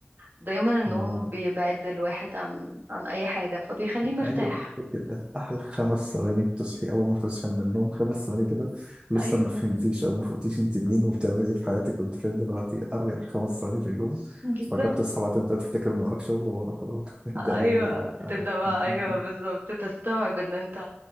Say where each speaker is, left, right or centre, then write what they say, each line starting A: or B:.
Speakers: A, on the right; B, on the right.
A: دايما النوم
B: نوم
A: بيبعد الواحد عن عن اي حاجة فبيخليه مرتاح
B: ايوه كده احلى خمس ثواني بتصحي اول ما تصحي من النوم خمس ثواني كده لسه
A: ايوه
B: ما فهمتيش او ما فهمتيش انت مين وبتعمل ايه في حياتك وانت فين دلوقتي ارجع خمس ثواني في اليوم
A: بالظبط
B: بعد كده بتصحى بقى تبدا تفتكر ان وراك شغل وراك وراك <laughs> يبدا
A: ايوه
B: اليوم يقلب
A: بتبدأ
B: عادي.
A: بقى ايوه بالظبط
B: <laughs>
A: تستوعب ان انت